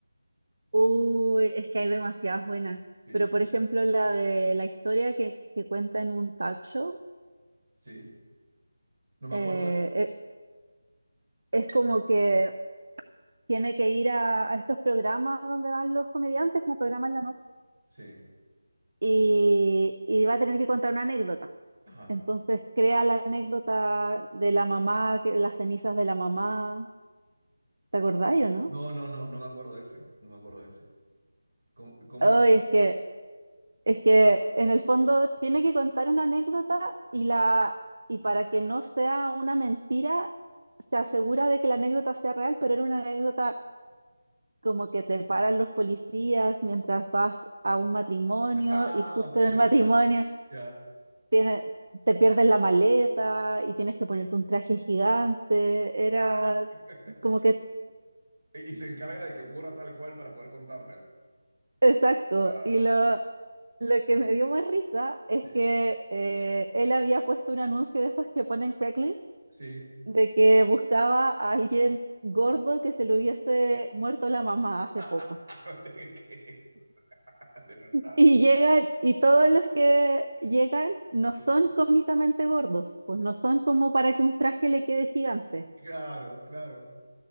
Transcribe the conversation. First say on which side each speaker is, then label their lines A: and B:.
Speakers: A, on the right (about 65°); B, on the right (about 50°).
A: Uy, es que hay demasiadas buenas.
B: Sí,
A: Pero por ejemplo, la de la historia que, que cuenta en un talk show,
B: sí. No me
A: eh,
B: acuerdo de ese.
A: e- es como que tiene que ir a, a estos programas donde van los comediantes, como programas en la noche,
B: Sí.
A: y, y va a tener que contar una anécdota.
B: Ajá.
A: Entonces crea la anécdota de la mamá, que, las cenizas de la mamá. ¿Te acordáis o no?
B: No, no, no, no me acuerdo de ese. No me acuerdo de ese. ¿Cómo, cómo
A: Uy,
B: es? <laughs>
A: es que Es que en el fondo tiene que contar una anécdota y la y para que no sea una mentira, se asegura de que la anécdota sea real, pero era una anécdota como que te paran los policías mientras vas a un matrimonio
B: Ah,
A: y justo
B: ok,
A: en el matrimonio
B: ya.
A: tiene, te pierden la maleta y tienes que ponerte un traje gigante. Era
B: <laughs>
A: como que
B: Y y se encarga de que ocurra tal cual para poder contarla.
A: exacto.
B: Ah,
A: Y lo
B: ok,
A: lo que me dio más risa es
B: sí,
A: que eh, él había puesto un anuncio de estos que ponen Craigslist
B: sí.
A: de que buscaba a alguien gordo que se le hubiese muerto la mamá hace
B: <laughs>
A: poco.
B: No te creas, ¿De verdad?
A: Y llegan, y todos los que llegan no
B: Sí.
A: son cómicamente gordos, pues no son como para que un traje le quede gigante.
B: Claro, claro.